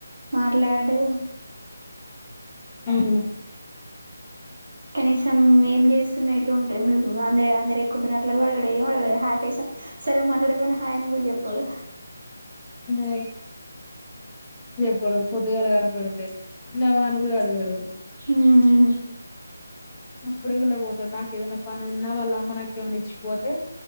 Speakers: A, on the right; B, on the left.
A: మాట్లడు
B: అవును
A: కనీసం ఏం చేస్తున్న ఏట్ల ఉంటా అంద అందరు ఎక్కుంటున్న అట్లా కూడ అడుగడు ఏం అడుగడు హయ్ కనీసం సరే నట్లాడక పోయిన హాయ్ అని కూడ చెప్పాడు
B: ఇలా డు పొద్దుగాల కనపడితే తిన్నవా అని కూడా అడుగడు
A: మ్మ్
B: సప్పుడు చేయకుండా పోతాడు నాకు ఏదైనా పని ఉన్న వాళ్ళ అమ్మ నాకు ఏమన్న ఇచ్చిపోతే